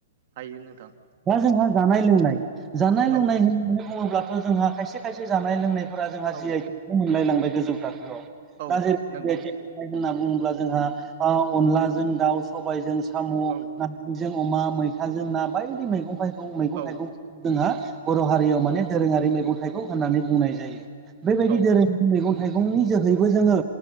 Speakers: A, on the right; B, on the right.
A: हायो नोंथां।
B: दा जोंहा जानाय लोंनाय जानाय लोंनाय
A: औ
B: होननानै बुङोब्लाथ' जोंहा खायसे खायसे जानाय लोंनाय फोरा जोङा
A: औ
B: जि आइ टेगबो मोनलाय लांबाय गोजौ थाखोआव
A: औ
B: दा जिहेथु
A: नंगौ
B: जि आइ टेग होनना बुङोब्ला जोंहा ओ अनलाजों दाउ सबाइजों साम'
A: औ
B: ना जों अमा मैथाजों ना बायदि मैगं थाइगं मैगं -थाइगं
A: औ
B: जोंहा बर' हारियाव माने दोरोङारि मेगं थाइखौ होननानै बुंनाय जायो बेबायदि
A: औ
B: दोरो मैगं थाइगंनि जोहैबो जोङो